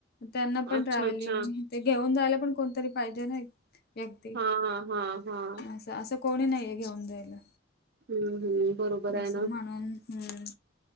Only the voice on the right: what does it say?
अच्छा,
अच्छा.
हां, हां, हां.
हम्म हम्म बरोबर आहे
ना.